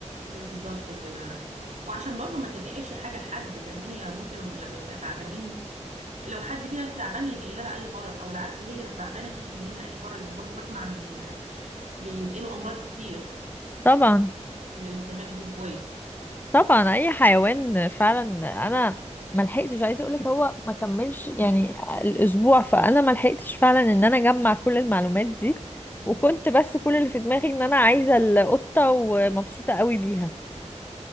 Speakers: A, on the right (about 75°); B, on the left (about 15°).
A: بالظبط كده وعشان برضه ما تنقلش حاجة لحد فاهماني يعني ممكن لما يبقى تعبانين لو حد فينا تعبان ينقل لها أي مرض أو العكس هي لو تعبانة تنقل لنا أي مرض لأن برضه بسمع عن بينقلوا أمراض كتير
B: طبعا
A: من الاهتمام بيهم كويس
B: طبعا اي حيوان فعلا انا ما لحقتش عايزه اقول لك هو ما كملش يعني الاسبوع فانا ما لحقتش فعلا ان انا اجمع كل المعلومات دي
A: مم.
B: وكنت بس كل اللي في دماغي ان انا عايزه القطه ومبسوطه قوي بيها